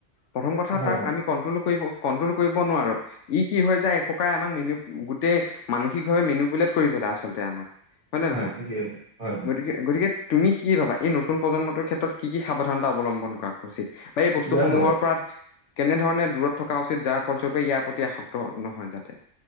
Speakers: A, on the left; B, on the right.
A: প্ৰথম কথা
B: হয়
A: তাক
B: হয়
A: আমি কণ্ট্ৰল কৰিব কণ্ট্ৰল কৰিব নোৱাৰোঁ। ই কি হয় যায় এক প্ৰকাৰে আমাক মেন গোটেই মানসিকভাৱে মেনপুলেট কৰি পেলাই আচলতে আমাক। হয় নে নহয়?
B: ঠিকেই আছে হয় হয়
A: গতিকে গতিকে, তুমি কি ভাবা এই নতুন প্ৰজন্মটোৰ ক্ষেত্ৰত কি সাৱধানতা অৱলম্বন কৰা উচিত? বা এই বস্তুসমূহৰ
B: এতিয়া বৰ্তমান
A: পৰা কেনেধৰণে দূৰত থকা উচিত যাৰ ফলস্বৰূপে ইয়াৰ প্ৰতি আসক্ত নহয় যাতে।